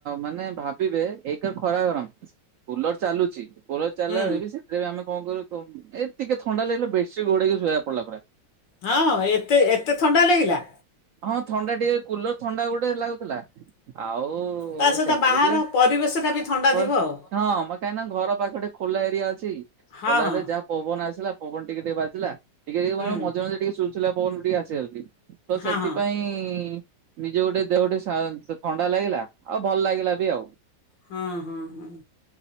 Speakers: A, on the right; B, on the left.
A: ମାନେ ଭାବିବେ ଖରା ଗରମ କୁଲର ଚାଲୁଛି କୁଲର ଚାଲିଲ
B: ହୁଁ
A: ବେଳେ ବି ସେ ଯେବେ କଣ କରୁ ଏ ଟିକେ ଥଣ୍ଡା ଲାଗିଲେ ବେଡସିଟ ଗୋଡେଇକି ଶୋଇକୁ ପଡିଲା ପୁରା।
B: ହଁ ଏତେ ଏତେ ଥଣ୍ଡା ଲାଗିଲା?
A: ହଁ ଥଣ୍ଡା ଟିକେ କୁଲର ଥଣ୍ଡା ଗୋଟେ ଲାଗୁଥିଲା। ଆଉ ଓ
B: ତା ସହିତ
A: ସେଥିରେ
B: ବାହାର
A: ବି
B: ପରିବେଶଟା ବି ଥଣ୍ଡା
A: ବର
B: ଥିବ ଆଉ
A: ହଁ। କାହିଁକି ନା ଘର ପାଖରେ ଟିକେ ଖୋଲା ଏରିଆ ଅଛି
B: ହଁ
A: ଖୋଲା
B: ହଁ
A: ଏରେ ଯାହା ପବନ ଆସିଲା ପବନ ଟିକେ ଟିକେ ବାଜିଲା ଟିକେ ଟିକେ
B: ହୁଁ
A: କଣ ମଝିରେ ମଝିରେ ଟିକେ ସୁଲ୍ ସୁଲିଆ ପବନ ଟିକେ ଆସିଯାଉଛି ତ
B: ହଁ
A: ସେ
B: ହଁ
A: ନିଜେ ଗୋଟେ ଦେହଟେ ଥଣ୍ଡା ଲାଗିଲା ଆଉ ଭଲ ଲାଗିଲା ବି ଆଉ।
B: ହଁ ହଁ ହଁ